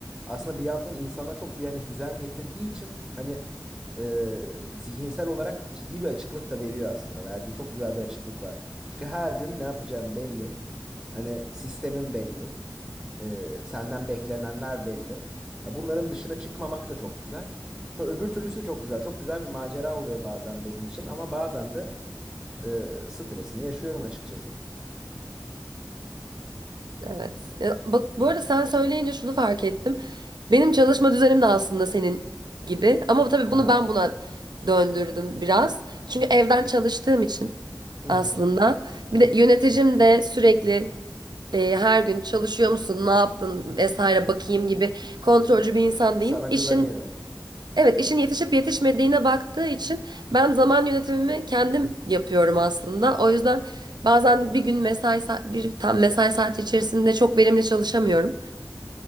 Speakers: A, on the right (about 15°); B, on the right (about 75°).
A: aslında bir yandan insana çok bir hani düzen getirdiği için hani e, zihinsel olarak ciddi bir açıklık da veriyor aslında. Verdiği çok güzel bir açıklık var. Çünkü her gün ne yapacağım belli. Hani sistemin belli. Ee, senden beklenenler belli. Ya bunların dışına çıkmamak da çok güzel. Ha, öbür türlüsü de çok güzel. Çok güzel bir macera oluyor bazen benim için ama bazen de e, stresini yaşıyorum açıkçası.
B: Evet. Ya bak bu arada sen söyleyince şunu fark ettim. Benim çalışma düzenim de aslında senin gibi ama tabii
A: Haha.
B: bunu ben buna döndürdüm biraz. Çünkü evden çalıştığım için
A: Hı hı.
B: aslında. Bir de yöneticim de sürekli e, her gün çalışıyor musun, ne yaptın vesaire bakayım gibi kontrolcü bir insan
A: Sana
B: değil.
A: güveniyor.
B: İşin Evet, işin yetişip yetişmediğine baktığı için ben zaman yönetimimi kendim yapıyorum aslında. O yüzden bazen bir gün mesai sa- bir tam mesai saati içerisinde çok verimli çalışamıyorum.